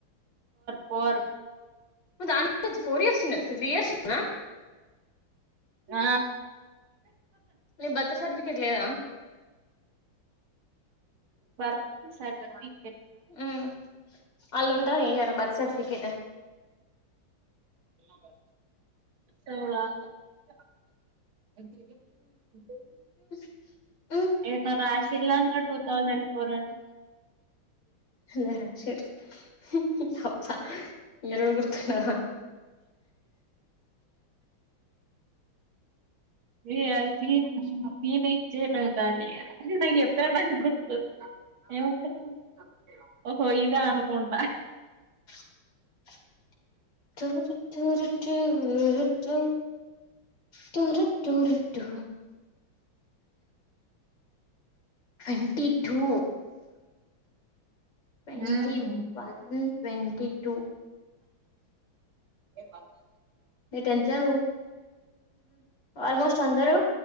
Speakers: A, on the right; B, on the left.
A: ఫోర్
B: దానికంటే అది ఫోర్ ఇయర్స్ చిన్న త్రీ ఇయర్స్ చిన్నా
A: ఆ
B: నీ బర్త్ సర్టిఫికెట్ లేదా
A: బర్త్ సర్టఫి
B: ఉమ్ అల్ల ఉంటది ఇయర్ బర్త్ సర్టిఫికేట్
A: <unintelligible> <unintelligible>
B: <inaudible>
A: ఎన్నో రాశిల్లనాడ్ టూ థౌసండ్ ఫోర్ అని
B: <unintelligible> నెలలు గుర్తున్నాహ
A: ఏయ్ అది మేం నేనేం చేయలే దాన్ని అది నాకు చెప్పుదామని గుర్తు ఏమంటున్నావ్ ఓహో ఇద అనుకుంటా
B: <inaudible> టూరు ట్టురు టూరుట్టు టూరు టుూరుటు ట్వంటీ టూ ట్వంటీ
A: మ్మ్
B: వన్ ట్వంటీ టూ
A: <unintelligible>
B: నీ టెన్షన్ ఉమ్ ఆల్మోస్ట్ అందరు